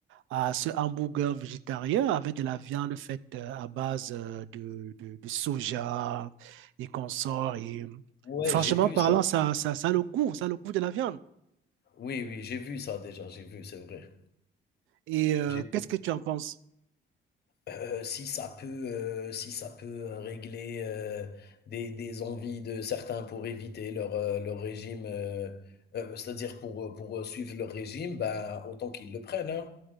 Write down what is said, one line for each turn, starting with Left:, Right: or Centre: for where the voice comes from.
Right: à ce hamburger végétarien avec de la viande faite euh, à base euh, de, de- de soja et consorts. Et euh,
Left: Ouais,
Right: franchement
Left: j'ai vu
Right: parlant,
Left: ça.
Right: ça, ça, ça a le goût, ça a le goût de la viande.
Left: Oui, oui, j'ai vu ça déjà, j'ai vu, c'est vrai.
Right: Et euh,
Left: J'ai
Right: qu'est-ce que tu en penses?
Left: heu, si ça peut, heu, si ça peut, heu, régler, heu, des des envies de certains pour éviter leur, heu, leur régime, heu heu, c'est-à-dire pour, heu, pour, heu, suivre leur régime, bah, autant qu'ils le prennent, hein.